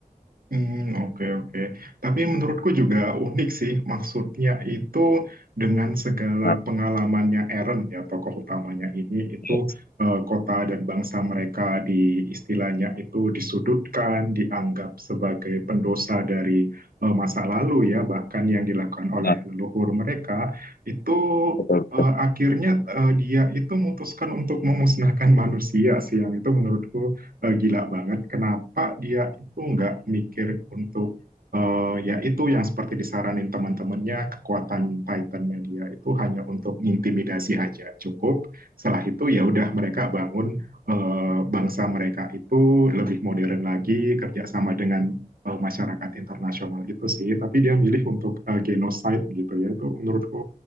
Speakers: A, on the right; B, on the left.
A: Hmm, oke oke. Tapi menurutku juga unik sih, maksudnya itu dengan segala
B: Nah,
A: pengalamannya Eren ya tokoh utamanya ini itu
B: Iya,
A: eh, kota dan bangsa mereka di istilahnya itu disudutkan, dianggap sebagai pendosa dari eh, masa lalu ya, bahkan yang dilakukan oleh
B: benar,
A: leluhur mereka itu
B: betul.
A: eh, akhirnya eh, dia itu memutuskan untuk memusnahkan <laughs> manusia sih, yang itu menurutku eh, gila banget kenapa dia itu nggak mikir untuk eh, ya itu yang seperti disaranin teman-temannya kekuatan Titan Media itu hanya untuk intimidasi aja cukup setelah itu ya udah mereka bangun eh, bangsa mereka itu lebih modern lagi kerjasama dengan eh, masyarakat internasional gitu sih tapi dia milih untuk eh, genocide gitu ya itu menurutku